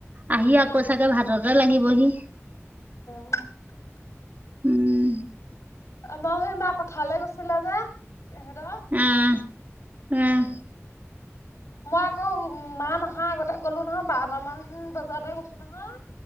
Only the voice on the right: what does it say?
আহি আকৌ চাগে ভাততে লাগিবহি।
উম,
উম, উম।